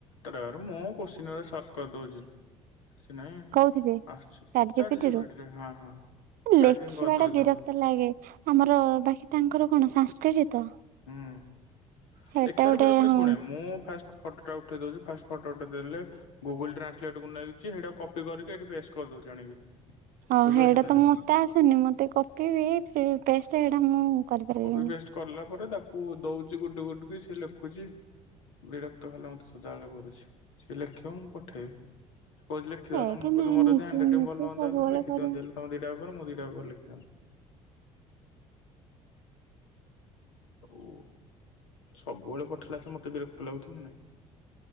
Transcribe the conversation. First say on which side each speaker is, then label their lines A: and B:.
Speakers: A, on the left; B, on the right.
A: କେତଟା <unintelligible> ମୁଁ କୋଶ୍ଚିନ ଗୁରା ସର୍ଚ୍ଚ କରିଦଉଛି। କିଛି ନାହିଁ
B: କୋଉଥିରେ
A: ଆସିଛି
B: ଚାଟ ଜିପିଟିରୁ
A: ଚାର୍ଟ ଜି ପି ଟି ରେ ହଁ ହଁ।
B: ଲେଖିବା
A: ଟାଇପିଂ କରିଦଉଛି
B: ଟା ବିରକ୍ତ
A: ମୁଁ
B: ଲାଗେ, ଆମର ବାକି ତାଙ୍କର କଣ ସାନସକ୍ରିଟ ତ
A: ହୁଁ
B: ସେଇଟା
A: ଏଖାରେ
B: ଗୋଟେ ହଁ
A: ଶୁଣେ ମୁଁ ଫାଷ୍ଟ ଫଟୋଟା ଉଠେଇ ଦଉଚି, ଫାଷ୍ଟ ଫଟୋଟା ଉଠେଇ ଦେଲେ ଗୁଗୁଲ ଟ୍ରାନ୍ସଲେଟ କୁ ନେଇଛି, ହେଟା କପି କରିକି ଏଠି ପେଷ୍ଟ କରିଦଉଛି ଆଣିକି।
B: ହ
A: ବୁଝିପାରୁଛ
B: ହେଇଟା
A: ନା
B: ତ
A: ନାଇଁ
B: ମତେ ଆସୁନି, ମତେ କପିବି ପେଷ୍ଟ ହେଇଟା ମୁଁ କରିପାରିବିନି।
A: କବି ପେଷ୍ଟ କଲା ପରେ ତାକୁ ଦଉଛି ଗୋଟେ ଗୋଟେ ପିସ, ସେ ଲେଖୁଛି। ବିରକ୍ତ ଖାଲେ ମତେ ସଦାବେଳେ କରୁଛି ସିଏ ଲେଖିବ, ମୁଁ ପଠେଇବି। କହୁଛି ଲେଖି ଦଉନ,
B: ଏଇଟା
A: ମୁଁ କହିଲି
B: ନାଇଁ
A: ମୋର
B: ନିଜେ
A: ଯଦି ହାଣ୍ଡ ରାଇଟିଙ୍ଗ
B: ନିଜେ
A: ଭଲ ହୁଅନ୍ତା
B: ସବୁବେଳେ
A: ବୋଲେ ମୁଁ ଲେଖି
B: କରିବା।
A: ଦିଅନ୍ତି, ତମେ ଦିଟା ପେପର ମୁଁ ଦିଟା ପେପର ଲେଖିଥାନ୍ତି। ଓ ସବୁବେଳେ ପଠେଇଲା ସି ମତେ ବିରକ୍ତ ଲାଗୁଛି ନା ନାଇଁ